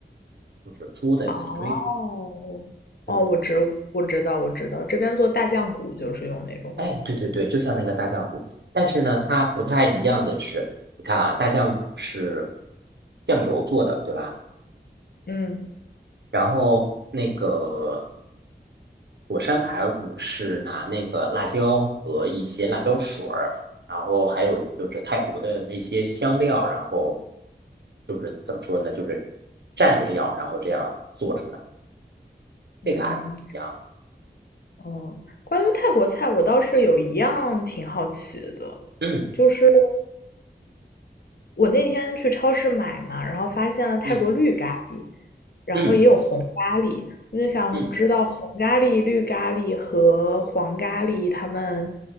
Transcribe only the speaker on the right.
就是猪的脊椎，
对，
哎，对对对，就像那个大酱骨，但是呢，它不太一样的是，你看啊，大酱骨是酱油做的，对吧？
然后那个火山排骨是拿那个辣椒和一些辣椒水儿，然后还有就是泰国的那些香料，然后就是怎么说呢，就是蘸料，然后这样做出来，
这个还是不一样的。
嗯
嗯
嗯
嗯。